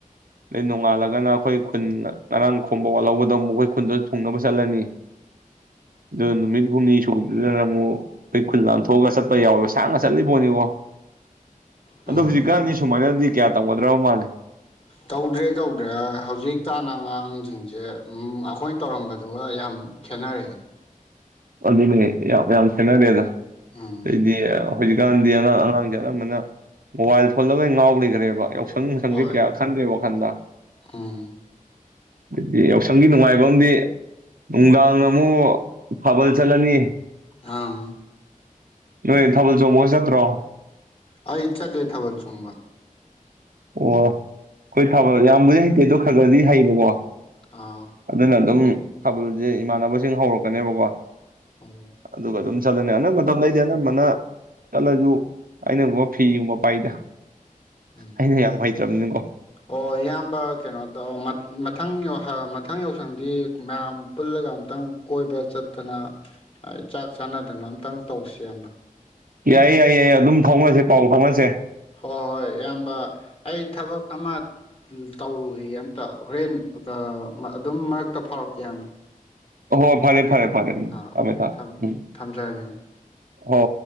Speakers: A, on the right; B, on the left.
A: ꯑꯗꯩ ꯅꯣꯡꯉꯥꯜꯂꯒꯅ ꯑꯩꯈꯣꯏ ꯈꯨꯟ ꯉꯔꯥꯡ ꯈꯣꯝꯕ ꯋꯥꯠꯍꯧꯕꯗꯣ ꯑꯃꯨꯛ ꯑꯩꯈꯣꯏ ꯈꯨꯟꯗ‌ꯣ ꯊꯨꯡꯅꯕ ꯆꯠꯂꯅꯤ ꯑ ꯅꯨꯃꯤꯠ ꯍꯨꯝꯅꯤ ꯁꯨꯕꯗꯅ ꯑꯃꯨꯛ ꯑꯩ ꯈꯨꯜ ꯂꯥꯟ ꯊꯣꯛꯒ ꯆꯠ ꯈꯣꯏ ꯌꯥꯎꯋꯦꯕ ꯁꯥꯡꯅ ꯆꯠꯂꯤꯕꯣꯏꯅꯤꯀꯣ
B: ꯎꯝ
A: ꯑꯗꯣ ꯍꯧꯖꯤꯛꯀꯥꯟꯗꯤ ꯁꯨꯃꯥꯏꯅꯗꯤ ꯀꯌꯥ ꯇꯧꯒꯗ꯭ꯔꯕ ꯃꯥꯜꯂꯦ
B: ꯇꯧꯗ꯭ꯔꯦ ꯇꯧꯗ꯭ꯔꯦ ꯍꯧꯖꯤꯛ ꯀꯥꯟ ꯑꯉꯥꯡꯖꯦ ꯁꯤꯡꯁꯦ ꯎꯝ ꯑꯩꯈꯣꯏꯅ ꯇꯧꯔꯝꯕꯗꯨꯒ ꯌꯥꯝ ꯈꯦꯠꯅꯔꯦꯗ
A: ꯑꯗꯨꯅꯦ ꯌꯥꯝ ꯌꯥꯝ ꯈꯦꯠꯅꯔꯦꯗ
B: ꯎꯝ
A: ꯑꯗꯩꯗꯤ ꯍꯧꯖꯤꯛꯀꯥꯟꯗꯤ ꯑꯉꯥꯡ ꯑꯉꯥꯡꯁꯦ ꯑꯅꯝꯕꯅ ꯃꯣꯕꯥꯏꯜ ꯐꯣꯟꯗ ꯂꯣꯏ ꯉꯥꯎ ꯂꯩꯈ꯭ꯔꯦꯕ <inaudible>
B: ꯍꯣꯏ
A: ꯀꯌꯥ ꯈꯟꯗꯦ ꯋꯥ ꯈꯟꯗ
B: ꯎꯝ
A: ꯑꯗꯤ ꯌꯥꯎꯁꯪꯒꯤ ꯅꯨꯡꯉꯥꯏꯕ ꯑꯝ ꯅꯨꯡꯗꯥꯡ ꯑꯃꯨꯛ ꯊꯥꯕꯜ ꯆꯜꯂꯅꯤ
B: ꯑꯥ
A: ꯅꯣꯏ ꯊꯕꯜ ꯆꯣꯡꯕꯒ ꯆꯠ ꯄꯔꯣ
B: ꯑꯩ ꯆꯠꯇꯦ ꯊꯥꯕꯜ ꯆꯣꯡꯕ
A: ꯑꯣ ꯑꯈꯣꯏ ꯊꯥꯕꯜ ꯌꯥꯝꯕꯨꯗꯤ ꯍꯩꯇꯦꯗꯣ ꯈꯔ ꯈꯔꯗꯤ ꯍꯩꯕꯀꯣ
B: ꯑꯥ
A: ꯑꯗꯨꯅ ꯑꯗꯨꯝ ꯊꯥꯕꯜꯁꯦ ꯏꯃꯥꯟꯅꯕꯁꯤꯡ ꯍꯧꯔꯛꯀꯅꯦꯕꯀꯣ
B: ꯎꯝ
A: ꯑꯗꯨꯒ ꯑꯗꯨꯝ ꯆꯠꯂꯅꯤ ꯑꯅꯝ ꯃꯇꯝꯗ ꯑꯩꯗꯤ ꯑꯅꯝꯕꯅ ꯆꯠꯂꯁꯨ ꯑꯩꯅꯒꯨꯝꯕ ꯐꯤꯒꯨꯝꯕ ꯄꯥꯏꯗ
B: ꯎꯝ
A: ꯑꯩꯅ ꯌꯥꯝ ꯍꯩꯇ꯭ꯔꯕꯅꯤꯅꯀꯣ
B: ꯑꯣ ꯏꯌꯥꯝꯕ ꯀꯩꯅꯣ ꯇꯧ ꯃꯃꯊꯪ ꯍ ꯃꯊꯪ ꯌꯥꯎꯁꯪꯗꯤ ꯃꯌꯥꯝ ꯄꯨꯜꯂꯒ ꯑꯝꯇꯪ ꯀꯣꯏꯕ ꯆꯠꯇꯅ ꯆꯥꯛ ꯆꯥꯟꯅꯗꯅ ꯑꯝꯇꯪ ꯇꯧꯁꯤꯕ
A: ꯌꯥꯏꯌꯦ ꯌꯥꯏꯌꯦ ꯌꯥꯏ ꯑꯗꯨꯝ ꯐꯥꯎꯅꯁꯦ ꯄꯥꯎ ꯐꯥꯎꯅꯁꯦ
B: ꯍꯣꯏ ꯍꯣꯏ ꯑꯌꯥꯝꯕ ꯑꯩ ꯊꯕꯛ ꯑꯃ ꯇꯧꯔꯨꯒꯤꯒꯦ ꯑꯝꯇ ꯍꯨꯔꯦꯟ ꯑ ꯑꯗꯨꯝ ꯃꯔꯛꯇ ꯐꯥꯎꯔꯛꯀꯦ ꯏꯌꯥꯝꯕ
A: ꯍꯣ ꯐꯔꯦ ꯐꯔꯦ ꯐꯔꯦ
B: ꯑꯥ
A: ꯊꯝꯃꯦ ꯊꯝꯃꯦ ꯎꯝ
B: ꯊꯝꯖꯔꯒꯦ
A: ꯍꯣ